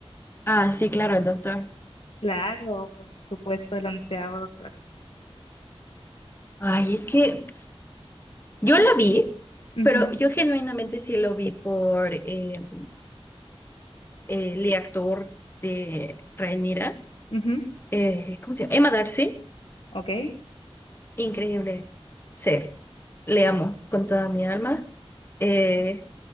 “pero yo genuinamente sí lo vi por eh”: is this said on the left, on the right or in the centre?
Left